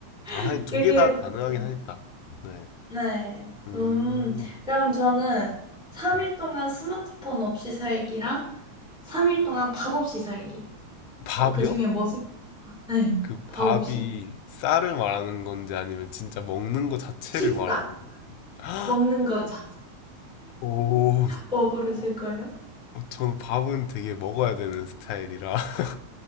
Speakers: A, on the left; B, in the centre.
A: 아,
B: <laughs>
A: 두
B: 그렇게
A: 개 다
B: 해도
A: 가능하긴
B: 괜찮아요.
A: 하겠다. 네.
B: 네.
A: 음.
B: 음, 그럼 저는 3일
A: 네.
B: 동안 스마트폰 없이 살기랑 3일 동안 밥 없이 살기.
A: 밥이요?
B: 어, 그중에 뭐지? 네,
A: 그
B: 밥
A: 밥이
B: 없이.
A: 쌀을 말하는 건지 아니면 진짜 먹는 거 자체를
B: 식사,
A: 말하는. <gasps>
B: 먹는 거 잘.
A: 오,
B: 뭐 고르실 거예요?
A: 어, 저는 밥은 되게 먹어야 되는 스타일이라. <laughs>